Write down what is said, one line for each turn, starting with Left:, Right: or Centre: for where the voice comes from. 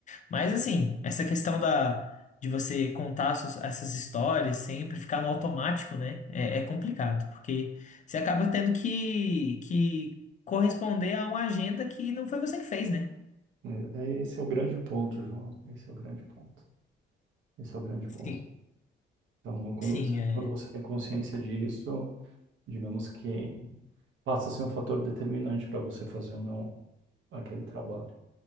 Left: Mas assim, essa questão da de você contar suas- essas histórias sempre, ficar no automático, né? É, é complicado, porque você acaba tendo que, que corresponder a uma agenda que não foi você que fez, né?
Right: É- é- Esse é o grande ponto, João. Esse é o grande ponto. Esse é o grande
Left: Sim,
Right: ponto. Então, quando
Left: sim,
Right: você,
Left: é.
Right: quando você tem consciência disso, digamos que passa a ser um fator determinante para você fazer ou não aquele trabalho.